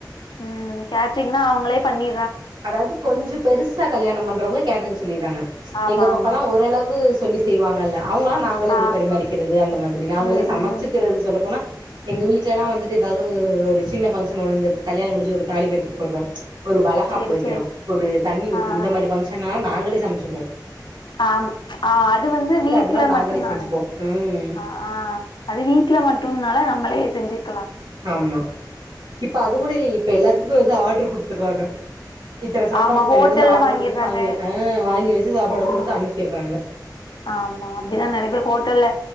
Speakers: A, on the left (about 75°); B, on the right (about 70°).
A: உ கேட்டரிங்னா அவங்களே பண்ணி
B: அதாவது கொஞ்சம் பெருசா கல்யாணம் பண்றவங்க கேட்டரிங் சொல்லறாங்க
A: ஆமா,
B: எங்க பக்கல்லா
A: ஆமா.
B: ஓரளவு சொல்லி செய்வாங்கல்ல அவங்கள நாங்களே இப்படி
A: ஆ.
B: பரிமாறிக்கிறது அந்த மாரி நாங்களே
A: ம்,
B: சமைச்சுக்கிறது
A: ம்.
B: சொல்லப்போனா எங்க வீட்டுல எல்லாம் வந்துட்டு ஏதாவது ஒரு சின்ன பங்க்ஷன் வந்து கல்யாணம் முடிஞ்சு ஒரு தாலிபெருக்கி போடுறோம் ஒரு
A: சேரி,
B: போய்க்கிறோம்
A: சேரி.
B: ஒரு தண்ணி ஊத்து
A: ஆ,
B: இந்த
A: ஆ.
B: மாரி பங்க்ஷன்னா நாங்களே சமச்சுபோம்
A: ஆம் ஆஹ் அது வந்து வீட்டுல
B: இருந்தா நாங்களே
A: மட்டும் தானே
B: செஞ்சுப்போ ம்
A: அஹ் ஆஹ் அது வீட்டுல மட்டும்னால நம்மளே செஞ்சட்
B: ஆமா இப்ப அது கூட இல்லி இப்ப எல்லாத்துக் <unintelligible> ஆர்டர் கொடுத்துறாங்க இத்தன சாப்பாட்டுக்
A: ஆமா
B: இத்தன
A: ஹோட்டல்ல
B: இதுன்னு ஆர்டரு
A: வாங்கிர்றாங்க.
B: குடுத்து வாங்கி ஆஹ் வாங்கி வச்சு சாப்பாட
A: ம்.
B: குடுத்து அனுப்ட்றாங்க
A: ஆமா அப்டிதா நெறைய பேர் ஹோட்டல்ல